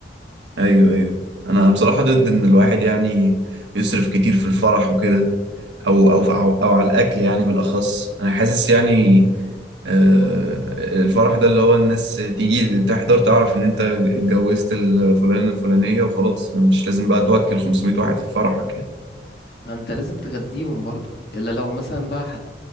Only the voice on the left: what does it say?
ما انت لازم تغديهم برضو الا لو مثلا بقى هت...